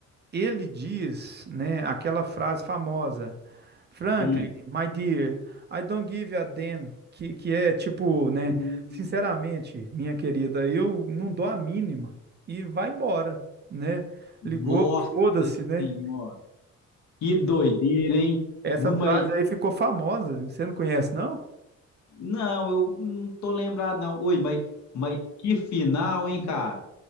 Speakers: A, on the right (about 35°); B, on the left (about 65°).
A: ele diz, né, aquela frase famosa, Franklin,
B: Hum.
A: my dear, I don't give a damn, que, que é tipo, né,
B: Hum.
A: sinceramente, minha querida, eu não dou a mínima. E vai embora, né?
B: Nossa
A: Ligou, foda-se, né?
B: Senhora, que doideira, hein?
A: Essa
B: Não,
A: frase
B: mas,
A: aí ficou famosa. Você não conhece, não?
B: não, eu não tô lembrado, não. Oi, mas, mas que final, hein, cara?